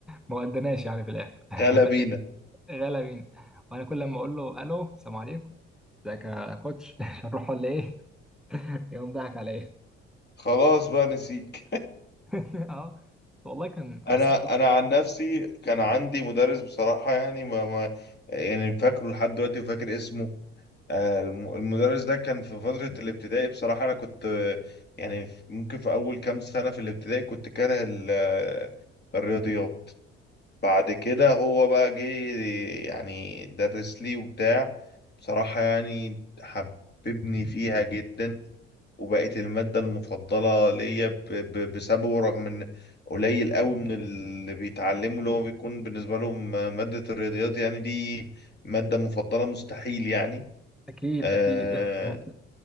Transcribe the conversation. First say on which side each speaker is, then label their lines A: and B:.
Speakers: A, in the centre; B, on the left.
A: ما ودناش يعني في الاخر
B: تعالى
A: <laughs>
B: بينا
A: تخيل، غلا بينا وانا كل لما اقول له الو السلام عليكم ازيك يا كوتش <laughs> هنروح ولا ايه <laughs> يقوم ضحك عليا
B: خلاص بقى نسيك <laughs>
A: <laughs> اه والله كان
B: انا
A: بس
B: انا عن نفسي كان عندي مدرس بصراحة يعني ما ما يعني فاكره لحد دلوقتي وفاكر اسمه آه، الم- المدرس ده كان في فترة الابتدائي بصراحة انا كنت آه، يعني في- ممكن في اول كام سنة في الابتدائي كنت كاره ال- آه، الرياضيات بعد كده هو بقى جه يعني درس لي وبتاع بصراحة يعني حببني فيها جدا وبقت المادة المفضلة ليا ب- ب- بسببه رغم ان قليل قوي من اللي بيتعلموا اللي هو بيكون بالنسبة لهم مادة الرياضيات يعني دي مادة مفضلة مستحيل يعني
A: اكيد
B: آه،
A: اكيد <laughs> اه